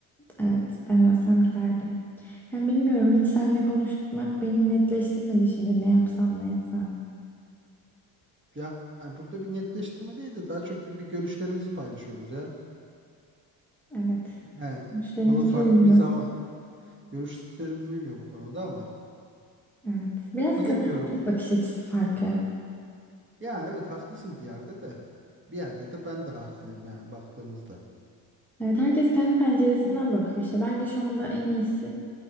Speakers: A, in the centre; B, on the right (about 25°).
A: Evet ben ölsem giderdim. Hem bilmiyorum hiç seninle konuşmak beni netleştirmedi şimdi ne yapsam ne etsem.
B: Ya yani burada bir netleştirme değil de daha çok bir, bir görüşlerimizi paylaşıyoruz ya.
A: Evet.
B: Yani
A: Güçlerimiz
B: onu farklı
A: uymuyor.
B: bir zaman görüşlerimiz uymuyor bu konuda ama
A: Evet. Biraz
B: bilemiyorum.
A: kadın erkek bakış açısı farkı.
B: Ya evet haklısın bir yerde de. Bir yerde de ben de haklıyım yani baktığımızda.
A: Evet herkes kendi penceresinden bakıyor işte. Bence şu anda en iyisi